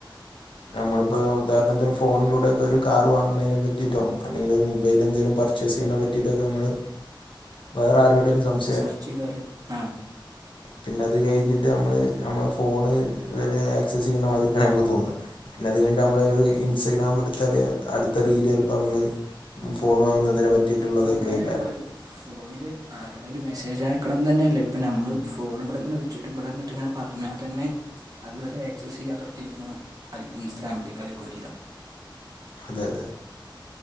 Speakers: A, on the left (about 80°); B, on the right (about 45°).
A: നമ്മളിപ്പോ ഉദാഹരാണം ഫോണിലൂടെ ഒരു കാർ വാങ്ങണതിനെ പറ്റിയിട്ടോ അല്ലെങ്കിൽ ഒരു മൊബൈൽ എന്തെലും ചസിനെപറ്റയിട്ടൊക്കെമ്മള് വേറെ ആരോടെങ്കിലും സം
B: സെർച്ച് ചെയ്താല് ആ
A: പിന്നെ അത് കഴിഞ്ഞിട്ട് നമ്മള് നമ്മള് ഫോൺ വരെ ആക്സസ് ചെയ്യണ മാതിരി നമുക്ക് തോന്നാം പിന്നെ അത് കയിഞ്ഞട്ട് നമ്മള ഒരു ഇൻസ്റ്റാഗ്രാം എടുത്താല് അടുത്ത റീൽ ചെലപ്പോ നമ്മൾ ഫോൺ വാങ്ങുന്നതിനെ പറ്റിയിട്ടുള്ളതേ
B: ഇപ്പം അങ്ങനെ
A: കൈകാര്യം
B: നമ്മൾ ഫോണിൽ ആരുടെേങ്കും മെസ്സേജ് ആക്കണം തന്നെയല്ല ഇപ്പം നമ്മൾ ഫോൺ ഇവിടെ ഇങ്ങനെ വച്ചിട്ട് ഇവിടെന്നിട്ട് ഇങ്ങനെ പറഞ്ഞാൽ തന്നെ അതുവരെ ആക്സസ് ചെയ്യാൻ തൊടത്തിരിക്കുന്നു അ ഇൻസ്റ്റഗ്രാമിൽഅൽഗോരിതം
A: അതെ